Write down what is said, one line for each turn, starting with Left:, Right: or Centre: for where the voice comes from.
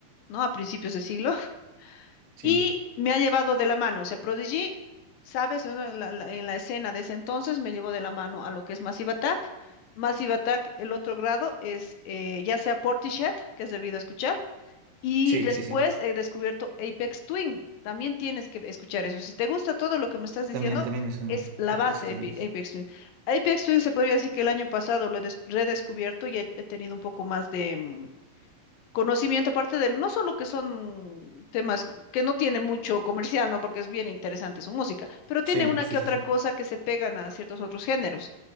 Left: ¿no? A principios de siglo. <laughs>
Right: sí,
Left: Y me ha llevado de la mano. O sea, Prodigy, sabes, ¿no? en la, la- en la escena de ese entonces me llevó de la mano a lo que es Massive Attack. Massive Attack, el otro grado es eh, ya sea Portishead, que has debido escuchar y
Right: sí,
Left: después
Right: sí, sí.
Left: he descubierto Apex Twin. También tienes que escuchar eso. Si te gusta todo lo que me estás diciendo,
Right: También, también me suena
Left: es la
Right: Apex
Left: base
Right: Twins.
Left: de Ape- Apex Twin. Apex Twin se podría decir que el año pasado lo he des- redescubierto y he, he tenido un poco más de, mm, conocimiento, aparte del, no solo que son temas que no tiene mucho comercial, ¿no? Porque es bien interesante su música, pero tiene
Right: Sí,
Left: una
Right: sí,
Left: que
Right: sí,
Left: otra
Right: sí.
Left: cosa que se pegan a ciertos otros géneros.